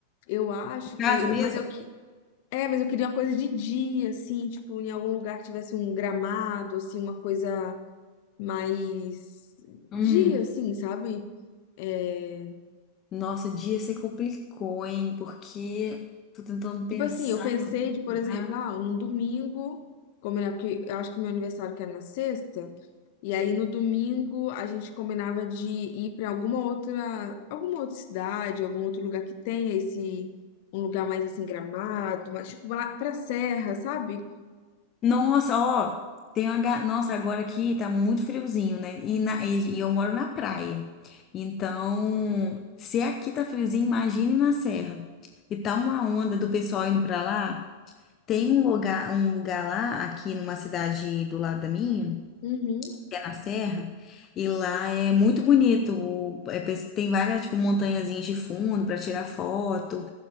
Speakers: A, on the left; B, on the left.
A: eu acho
B: Em casa
A: que.
B: mesmo?
A: Mas eu que. É, mas eu queria uma coisa de dia, assim, tipo, em algum lugar que tivesse um gramado, assim, uma coisa mais
B: Hum.
A: dia, assim, sabe? É,
B: Nossa, dia você complicou, hein? Porque tô tentando pensar
A: tipo assim, eu pensei
B: em algum
A: de, por
B: lugar.
A: exemplo, ah, num domingo, combinar, porque eu acho que meu aniversário que era na sexta, e aí no domingo a gente combinava de ir pra alguma outra, alguma outra cidade, algum outro lugar que tenha esse, um lugar mais assim, Gramado, mas tipo lá pra Serra, sabe?
B: Nossa, ó, tem uma. ga- Nossa, agora aqui tá muito friozinho, né? E, na- e- e eu moro na praia. Então, se aqui tá friozinho, imagine na serra. E tá uma onda do pessoal indo pra lá. Tem um lugar, um lugar lá, aqui numa cidade do lado da minha
A: Uhum.
B: é na serra, e lá é muito bonito. o- é pes- tem várias, tipo, montanhazinhas de fundo para tirar foto.